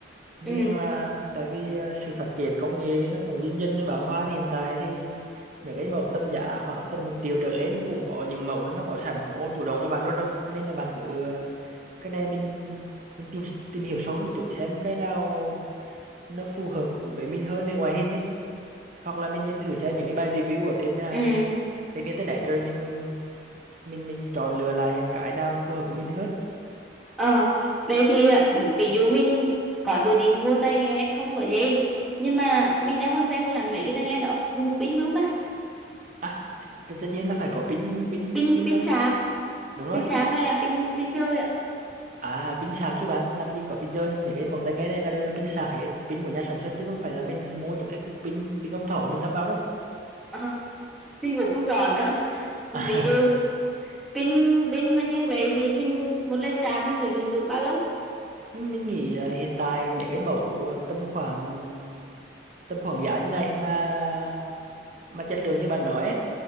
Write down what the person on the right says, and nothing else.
nhưng
mà tại vì à, sự phát triển công nghệ nó cũng dần dần nó bão hòa thì hiện tại thì mấy cái mẫu tầm giá khoảng tầm một triệu trở lên cũng có những mẫu nó có sẵn chống ôn chủ động cho bạn luôn rồi cho nên là bạn cứ à, cái này mình mình tìm tìm hiểu sâu hơn một chút xem cái nào nó phù hợp với mình hơn về ngoại hình ấy hoặc là mình mình thử xem những cái bài review ở trên à,
trên internet rồi mình mình mình chọn lựa lại cái nào phù hợp với mình hơn
à tất tất nhiên là phải có pin pin
pin
rồi
đúng rồi
À pin sạc chứ bạn làm gì có pin rơi mấy cái mẫu tai nghe này là đều là pin sạc hết pin của nhà sản xuất chứ không phải là mình mua những cái cục pin pin con thỏ mình lắp vào đâu
à,
<laughs> mình nghĩ là hiện tại mấy cái mẫu tầm khoảng tầm khoảng giá như này mà mà chất lượng như bạn nói ấy,